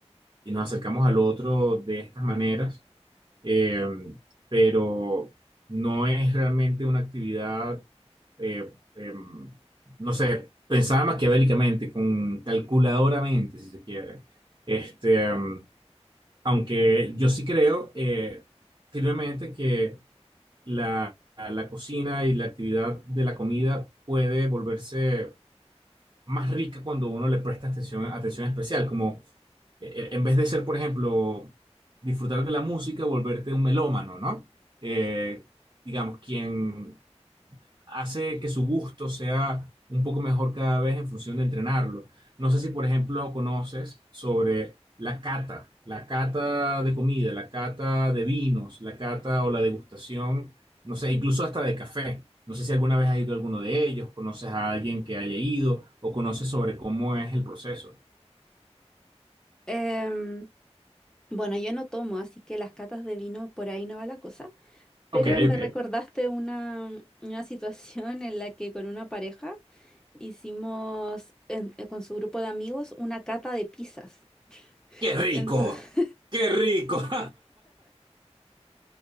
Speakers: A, on the right; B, in the centre.
A: y nos acercamos al otro de estas maneras, eh, pero no es realmente una actividad, eh, em, no sé, pensada maquiavélicamente, con calculadoramente, si se quiere. Este, em, aunque yo sí creo eh, firmemente que la, la cocina y la actividad de la comida puede volverse más rica cuando uno le presta atención, atención especial, como eh, eh, en vez de ser, por ejemplo, disfrutar de la música, volverte un melómano, ¿no? Eh, digamos, quien hace que su gusto sea un poco mejor cada vez en función de entrenarlo. No sé si, por ejemplo, conoces sobre la cata, la cata de comida, la cata de vinos, la cata o la degustación, no sé, incluso hasta de café. No sé si alguna vez has ido a alguno de ellos, conoces a alguien que haya ido o conoces sobre cómo es el proceso.
B: Em, Bueno, yo no tomo, así que las catas de vino por ahí no va la cosa, pero
A: Ok,
B: me
A: ok.
B: recordaste una, una situación en la que con una pareja hicimos en- eh, con su grupo de amigos una cata de pizzas.
A: ¡Qué rico!
B: Entonces,
A: ¡Qué rico! <laughs>